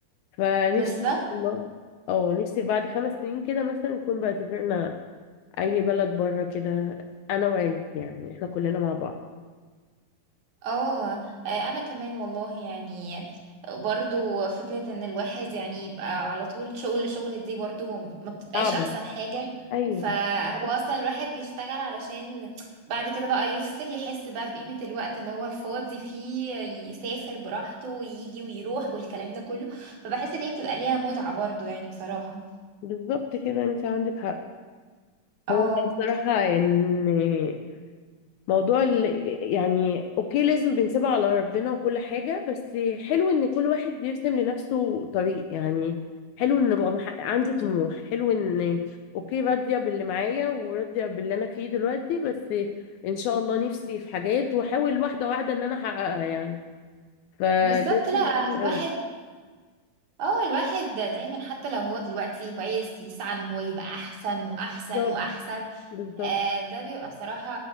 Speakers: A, on the left; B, on the right.
A: فنفسي
B: بالظبط
A: والله او نفسي بعد خمس سنين كده مثلا نكون بقى سافرنا اي بلد بره كده انا وعيلتي يعني احنا كلنا مع بعض
B: اه آه، انا كمان والله يعني برضو فكرة ان الواحد يعني يبقى على طول شغل شغل دي برضو ما بتبقاش
A: صعبة
B: احسن حاجة
A: ايوه
B: فهو اصلا الواحد بيشتغل علشان بعد كده بقى يفصل يحس بقى بقيمة الوقت اللي هو الفاضي فيه يسافر براحته ويجي ويروح والكلام ده كله فبحس ان هي بتبقى ليها متعة برضو يعني بصراحة
A: بالظبط كده انت عندك حق
B: اه
A: هو بصراحة ان موضوع ال... يعني اوكي لازم بنسيبها على ربنا وكل حاجة بس حلو ان كل واحد بيرسم لنفسه طريق يعني حلو ان بقى مح... عندي طموح حلو ان اوكي راضية باللي معايا وراضية باللي انا فيه دلوقتي بس ان شاء الله نفسي في حاجات واحاول واحدة واحدة ان انا احققها يعني فده
B: بالظبط لا
A: شيء جميل
B: الواحد
A: قوي
B: اه الواحد دايما حتى لو هو دلوقتي كويس يسعى ان هو يبقى احسن واحسن
A: بالظبط
B: واحسن
A: بالظبط
B: آه ده بيبقى بصراحة